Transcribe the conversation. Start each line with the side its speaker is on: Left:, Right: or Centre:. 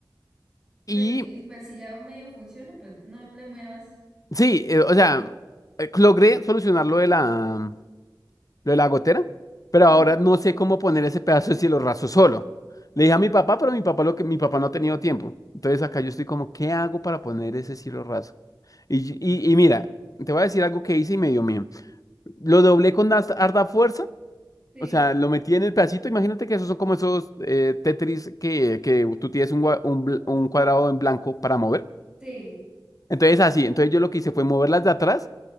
Left: Y
Right: No, y, y pues si ya medio funciona, pues no le muevas.
Left: sí, eh, o sea, eh, logré solucionar lo de la, lo de la gotera, pero
Right: Ujú,
Left: ahora no sé cómo poner ese pedazo de cielo raso solo. Le dije a mi papá, pero mi papá lo que mi papá no ha tenido tiempo. Entonces acá yo estoy como, ¿qué hago para poner ese cielo raso? Y, y, y mira, te voy a decir algo que hice y me dio miedo. Lo doblé con hasta- harta fuerza,
Right: Sí,
Left: o sea, lo metí en el pedacito. Imagínate que esos son como esos eh, Tetris que, que tú tienes un, gua- un, bl- un cuadrado en blanco para mover.
Right: sí,
Left: Entonces, así, entonces yo lo que hice fue moverlas de atrás